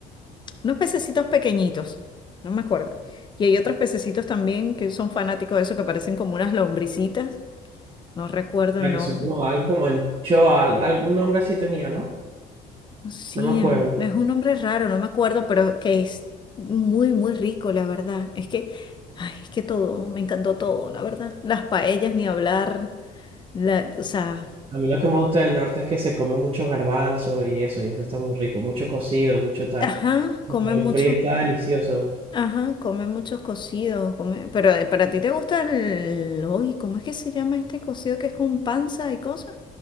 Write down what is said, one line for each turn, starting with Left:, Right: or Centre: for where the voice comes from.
Left: unos pececitos pequeñitos, no me acuerdo. Y hay otros pececitos también que son fanáticos de eso, que parecen como unas lombricitas. No recuerdo
Right: La
Left: el
Right: que
Left: nombre.
Right: son como algo como anchoa, al- algún nombre así tenía, ¿no?
Left: Sí,
Right: No me acuerdo.
Left: es un, es un nombre raro, no me acuerdo, pero que es muy, muy rico, la verdad. Es que, ay, es que todo, me encantó todo, la verdad. Las paellas, ni hablar, la, o sea,
Right: A mí lo que me gusta del norte es que se come mucho garbanzo y eso, y eso está muy rico, mucho cocido, mucho tal.
Left: ajá, comen
Right: Para el
Left: muchos,
Right: frío está delicioso.
Left: ajá, comen muchos cocidos, come- pero eh, para ti te gusta el, uy, ¿cómo es que se llama este cocido que es con panza y cosas?